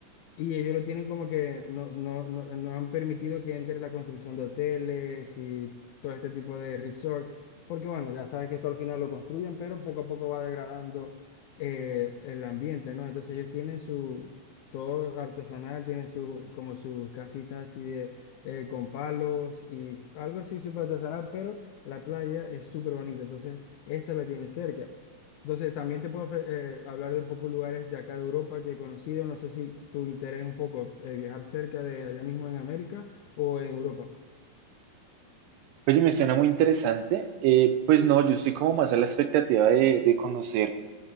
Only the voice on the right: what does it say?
Oye, me suena muy interesante. Eh, pues no, yo estoy como más a la expectativa de, de conocer